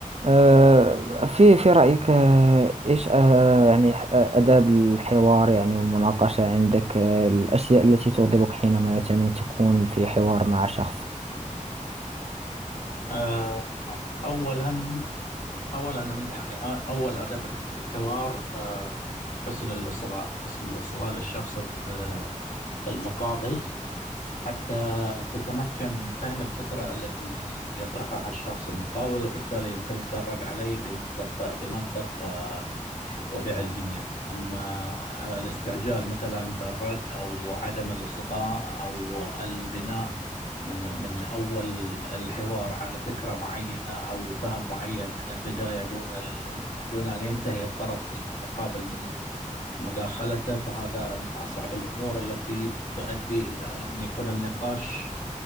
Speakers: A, on the right; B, on the left.
A: آه، في في رأيك آه، إيش آه، يعني ح- آه، آداب الحوار يعني والمناقشة عندك آه، الأشياء التي تغضبك حينما مثلا تكون في حوار مع شخص
B: آه، أولا أولا من يعني آه، أول آداب الحوار آه، حسن الإصغاء حسن الإصغاء للشخص آه، المقابل حتى تتمكن من فهم الفكرة التي يطرحها الشخص المقابل وبالتالي يمكنك الرد عليه بمنطق بمنطق و- وبعلمية أما الاستعجال مثلا بالرد أو عدم الإصغاء أو البناء من من أول الحوار على فكرة معينة أو فهم معين من البداية دون ال... دون أن ينتهي الطرف المقابل من مداخلته فهذا من أصعب الأمور التي تؤدي إلى أن يكون النقاش